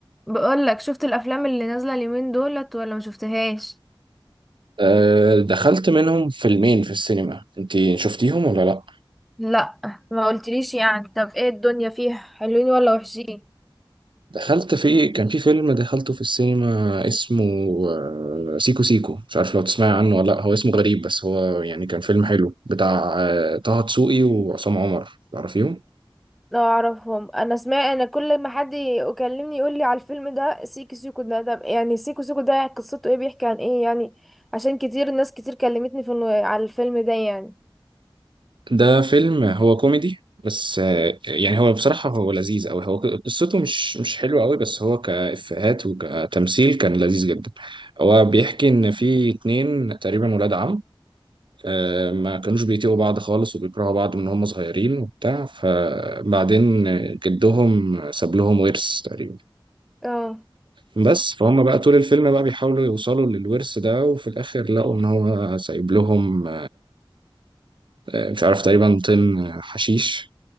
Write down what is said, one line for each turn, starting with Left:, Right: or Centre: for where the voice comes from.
Centre: بقول لك شفت الافلام اللي نازله اليومين دولت ولا ما شفتهاش
Right: آه، دخلت منهم فيلمين في السينما انت شفتيهم ولا لا
Centre: لا ما قلتليش يعني طب ايه الدنيا فيها حلوين ولا وحشين
Right: دخلت في كان في فيلم دخلته في السينما اسمه آه، سيكو سيكو مش عارف لو تسمعي عنه ولا لا هو اسمه غريب بس هو يعني كان فيلم حلو بتاع آه، طه دسوقي وعصام عمر تعرفيهم
Centre: لا اعرفهم انا سمعت انا كل ما حد يكلمني يقول لي على الفيلم ده سيكو سيكو ده طب يعني سيكو سيكو ده قصته ايه بيحكي عن ايه يعني عشان كتير ناس كتير كلمتني في النو- على الفيلم ده يعني
Right: ده فيلم هو كوميدي بس آه، يعني هو بصراحة هو لذيذ قوي هو قصته مش مش حلوة قوي بس هو كإفيهات وكتمثيل كان لذيذ جدا هو بيحكي إن في اتنين تقريبا ولاد عم آه، ما كانوش بيطيقوا بعض خالص وبيكرهوا بعض من هم صغيرين وبتاع فبعدين جدهم ساب لهم ورث تقريبا
Centre: اه
Right: بس فهم بقى طول الفيلم بقى بيحاولوا يوصلوا للورث ده وفي الآخر لقوا إن هو سايب لهم آه، مش عارف تقريبا طن حشيش